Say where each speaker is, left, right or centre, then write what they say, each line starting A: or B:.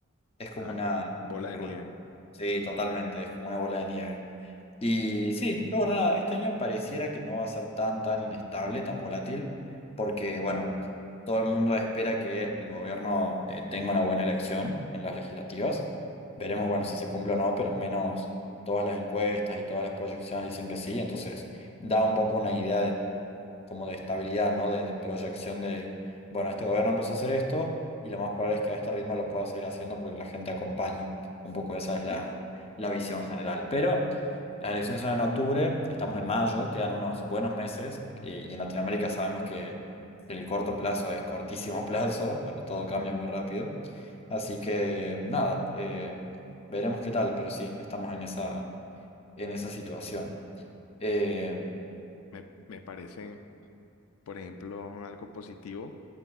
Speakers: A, on the left (about 30°); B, on the left (about 90°).
A: es como
B: Ah,
A: una
B: bola de
A: ruleta
B: nieve.
A: Sí, totalmente, es como una bola de nieve. Y sí, pero bueno, nada, este año pareciera que no va a ser tan, tan inestable, tan volátil, porque bueno, todo el mundo espera que el gobierno eh, tenga una buena elección en las legislativas. Veremos, bueno, si se cumple o no, pero al menos todas las encuestas y todas las proyecciones dicen que sí, entonces da un poco una idea como de estabilidad, ¿no? De, de proyección de, bueno, este gobierno empezó a hacer esto y lo más probable es que a este ritmo lo pueda seguir haciendo porque la gente acompaña. Un poco esa es la, la visión general. Pero las elecciones son en octubre, estamos en mayo, quedan unos buenos meses eh, y en Latinoamérica sabemos que el corto plazo es cortísimo <laughs> plazo, bueno, todo cambia muy rápido. Así que nada, eh, veremos qué tal, pero sí, estamos en esa, en esa situación. Eh,
B: Me, me parece, por ejemplo, algo positivo